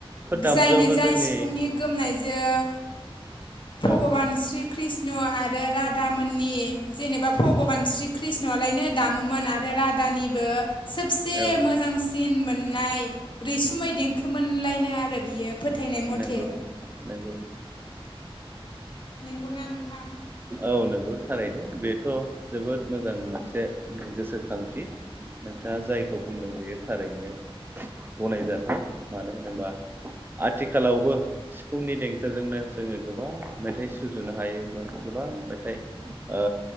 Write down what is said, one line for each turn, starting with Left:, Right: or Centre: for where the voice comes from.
Right: दामजुआबो
Left: जायनि जाय
Right: जोंनि
Left: सिफुंनि गोमनायजों भगबान
Right: औ
Left: श्री कृष्ण आरो राधामोननि जेनेबा भगबान श्री कृष्णआलायनो दामोमोन आरो राधानिबो सबसे
Right: औ
Left: मोजांसि सिन मोननाय रैसुमै देंखो मोनलायनो आरो बियो फोथायनाय मथे।
Right: नोंगौ नोंगौ
Left: नोंगौना नोंथां
Right: औ नंगौ थारैनो बेथ' जोबोद मोजां मोनसे गोसोखांथि नोंथाङा जायखौ बुंदों बेयो थारैनो गनायजाथाव मानो होनोबा आथिखालावबो सिफुंनि देंखोजोंनो जोङो गोबां मेथाइ सुजुनो हायो गोबां मेथाइ ओ